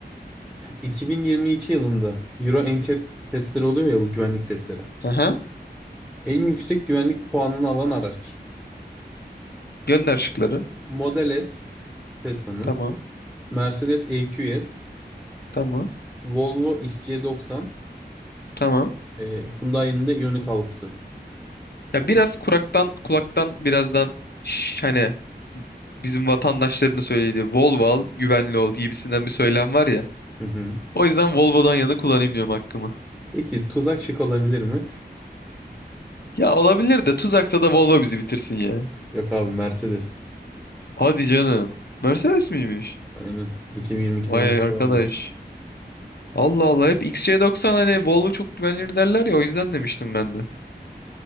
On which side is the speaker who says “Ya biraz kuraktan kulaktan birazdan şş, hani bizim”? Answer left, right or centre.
Left